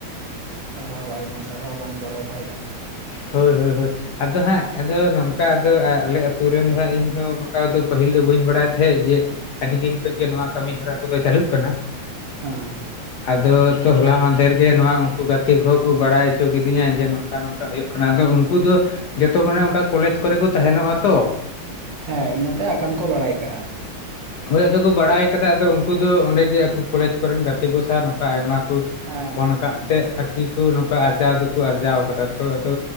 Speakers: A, on the right (about 65°); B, on the left (about 70°).
A: ᱥᱟᱨᱦᱟᱣ ᱟᱭᱢᱟ ᱥᱟᱨᱦᱟᱣ ᱵᱟᱝ ᱵᱟᱲᱟᱭ ᱛᱟᱦᱮᱸᱠᱟᱱᱟ ᱛᱚ
B: ᱦᱳᱭ ᱦᱳᱭ ᱦᱳᱭ ᱟᱫᱚ ᱦᱟᱸᱜ ᱟᱫᱚ ᱱᱚᱝᱠᱟ ᱫᱚ ᱟᱨ ᱟᱞᱮ ᱟᱛᱩ ᱨᱮᱱ ᱦᱟᱸᱜ ᱤᱧ ᱦᱚ ᱱᱚᱝᱠᱟ ᱫᱚ ᱯᱟᱹᱦᱤᱞ ᱫᱚ ᱵᱟᱹᱧ ᱵᱟᱲᱟᱭ ᱛᱟᱦᱮᱸᱜ ᱡᱮ ᱟᱹᱰᱤ ᱫᱤᱱ ᱠᱷᱚᱡᱜᱮ ᱱᱚᱣᱟ ᱠᱟᱹᱢᱤ ᱦᱚᱨᱟ ᱠᱚᱫᱚ ᱪᱟᱹᱞᱩᱜ ᱠᱟᱱᱟ᱾
A: ᱚ
B: ᱟᱫᱚ ᱛᱚ ᱦᱚᱞᱟ ᱢᱟᱫᱷᱮᱨ ᱜᱮ ᱱᱚᱣᱟ ᱩᱱᱠᱩ ᱜᱟᱛᱮ ᱠᱚᱦᱚᱸ ᱠᱚ ᱵᱟᱲᱟᱭ ᱪᱚ ᱠᱮᱫᱤ ᱫᱤᱧᱟ ᱡᱮ ᱱᱚᱝᱠᱟ ᱱᱚᱝᱠᱟ ᱦᱩᱭᱩᱜ ᱠᱟᱱᱟ ᱟᱫᱚ ᱩᱱᱠᱩ ᱫᱚ ᱡᱚᱛᱚ ᱢᱟᱱᱮ ᱚᱱᱠᱟ ᱠᱚᱞᱮᱡᱽ ᱠᱚᱨᱮ ᱠᱚ ᱛᱟᱦᱮᱱᱚᱜᱼᱟ ᱛᱚ᱾
A: ᱦᱮᱸ ᱤᱱᱟᱹᱛᱮ ᱟᱜᱟᱢ ᱠᱚ ᱵᱟᱲᱟᱭ ᱠᱟᱜᱼᱟ
B: ᱦᱳᱭ ᱟᱫᱚ ᱠᱚ ᱵᱟᱲᱟᱭ ᱟᱠᱟᱫᱟ ᱟᱫᱚ ᱩᱱᱠᱩ ᱫᱚ ᱚᱸᱰᱮ ᱜᱮ ᱟᱠᱚ ᱠᱚᱞᱮᱡᱽ ᱠᱚᱨᱮᱱ ᱜᱟᱛᱮ ᱠᱚ ᱥᱟᱶ ᱱᱚᱝᱠᱟ ᱟᱭᱢᱟ ᱠᱚ
A: ᱦᱮᱸ
B: ᱯᱷᱳᱱ
A: ᱦᱮᱸ ᱦᱮᱸ
B: ᱟᱠᱟᱫ ᱛᱮ ᱟᱨᱠᱤ ᱠᱚ ᱱᱚᱝᱠᱟ ᱟᱨᱡᱟᱣ ᱫᱚᱠᱚ ᱟᱨᱡᱟᱣ ᱟᱠᱟᱫᱟ ᱛᱚ ᱟᱫᱚ